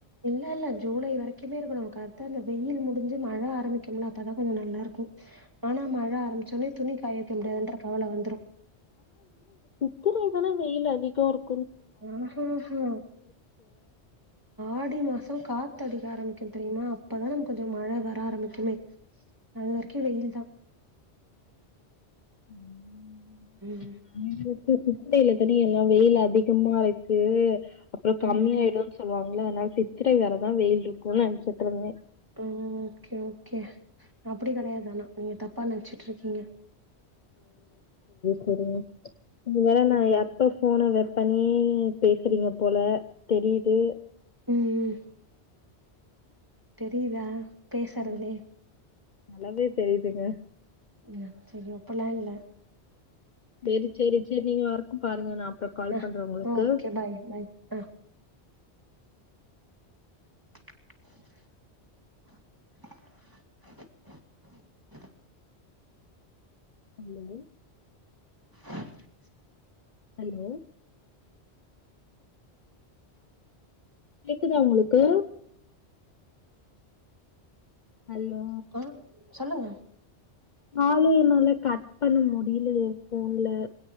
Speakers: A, on the right; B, on the left.
A: இல்ல-இல்ல ஜூலை வரைக்குமே இருக்கும் நமக்கு அதுதா அந்த வெயில் முடிஞ்சு மழை ஆரம்பிக்கும்ல அப்பதா கொஞ்ச நல்லா இருக்கும் ஆனா மழை ஆரம்பிச்சவுட்னே துணி காய வைக்க முடியாதுன்ற கவல வந்ரு
B: <unintelligible> வெயிலு அதிகோ இருக்
A: ஆஹாஹா ஆடி மாசோ காத் த்தடிக்க ஆரம்பிக்கும் தெரியுமா அப்பதா நமக்கு கொஞ்ச மழ வர ஆரம்பிக்குமே அது வரைக்கு வெயில் தா
B: ம்
A: ம்
B: <unintelligible> <unintelligible> எல்லா வெயில் அதிகமா இருக்கு அப்றோ கம்மி
A: ம் ம்
B: ஆயிடுனு சொல்வாங்க <unintelligible> சித்திரை வரதான வெயில் இருக்குன்னு நெனச்சிட்ருந்தே
A: ஆ ஆ ஓகே- ஓகே அப்டி கெடையாது ஆனா நீங்க தப் ப்பா நெனுச்சுட்டு இருக்கீங்க
B: செரிங்க இது வர நா எப் எப்ப ஃபோன வெப்பனே பேசுறீங்க போல தெரியுது
A: ம் ம் தெரியுதா பேசுறதுலயே
B: ம் நல்லாவே தெரியுதுங்க
A: அ சரி ஓக் அப்டில்லா இல்ல
B: செரி- செரி -செரி நீங்க ஒர்க் பாருங்க நா அப்புறோ கால்
A: ஆ
B: பண்றே உங்களுக்கு
A: ஓகே பாய் -பாய் ஆ <unintelligible>
B: ஹலோ
A: <unintelligible>
B: ஹலோ கேக்குதா உங்களுக்கு ஹலோ
A: ஆ சொல்லுங்க
B: கால என்னால கட் பண்ண முடியல ஏன் ஃபோன்ல